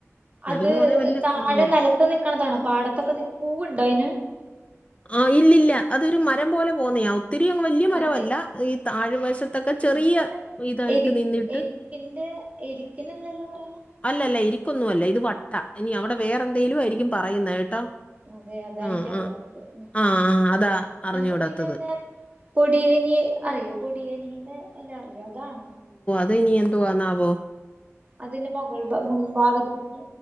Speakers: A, on the left; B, on the right.
A: സ്മെല്ലെന്ന്
B: അത്
A: പറഞ്ഞാ വലിയ
B: താഴെ
A: സ്മെല്ലൊന്നും
B: നിലത്ത് നിക്കണതണോ പാടത്തൊക്കെ ന പൂവുണ്ടോ അതിന്
A: ആ ഇല്ലല്ല അതൊരു മരം പോലെ പോന്നെയ ഒത്തിരിങ് വലിയ മരമല്ല
B: മറ്റേ
A: ഈ താഴെ വശത്തൊക്കെ ചെറിയ
B: ഇതിനല്ല
A: ഇതായിട്ട്
B: എരി
A: നിന്നിട്ട്
B: എരിക്കിന്റെ എരിക്കിനല്ലല്ലോ പറയണെ
A: അല്ലല്ല ഇരിക്കൊന്നും അല്ല ഇത് ആ ഇനി അവിടെ വേറെ എന്തെങ്കലും ആയിരിക്കും പറയുന്നത് കേട്ടോ
B: അതെ അതാണ
A: ഉം,
B: എിക്കറിയാത്തത്
A: ഉം. ആ, ആ അതാ അറിഞ്ഞൂടാത്തത്.
B: ഞങ്ങൾ പിന്നെ ഇവിടെ പൊടിയന അറിയോ പൊടിയനിയുടെ എല്ലാ അത ആണ
A: അത ന എന്തുോവാന്നാവോ?
B: അതിന്റെ മുകൾ മുൻഭാഗത്തേക്ക്